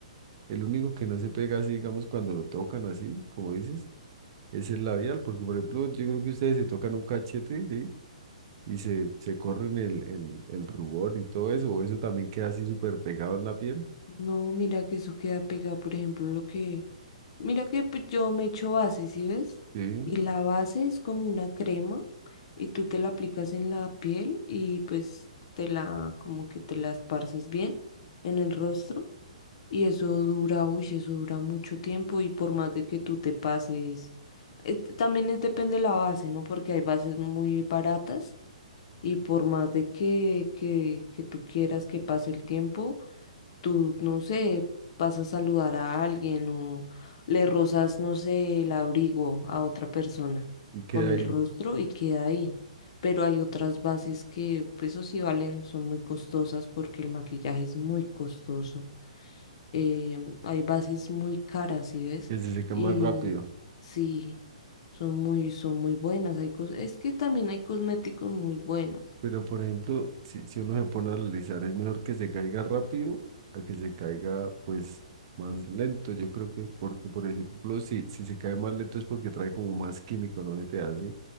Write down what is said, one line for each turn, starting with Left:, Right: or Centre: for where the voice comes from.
Right: el único que no se pega así, digamos, cuando lo tocan así, como dices es el labial, porque por ejemplo, yo creo que ustedes se tocan un cachete, ¿sí? Y se, se corren el, el, el rubor y todo eso, o eso también queda así súper pegado en la piel,
Left: No, mira que eso queda pegado, por ejemplo, lo que... Mira que pues, yo me echo base, ¿sí ves?
Right: ¿sí?
Left: Y la base es como una crema y tú te la aplicas en la piel y pues te la, como que te la esparces bien en el rostro Y eso dura, uy, eso dura mucho tiempo y por más de que tú te pases, es- también es, depende de la base, ¿no? Porque hay bases muy baratas y por más de que, que, que tú quieras que pase el tiempo, tú, no sé, vas a saludar a alguien o le rozas, no sé, el abrigo a otra persona
Right: Y queda
Left: con
Right: ahí,
Left: el rostro y queda ahí. Pero hay otras bases que, pues, eso sí valen, son muy costosas porque el maquillaje es muy costoso em, hay bases muy caras, ¿sí ves?
Right: que se seca
Left: Y
Right: más rápido.
Left: sí, son muy, son muy buenas. Hay cos- es que también hay cosméticos muy buenos.
Right: Pero por ejemplo, si, si uno se pone a analizar, es mejor que se caiga rápido a que se caiga, pues, más lento, yo creo que, porque por ejemplo, si, si se cae más lento es porque trae como más químico, ¿no se te hace?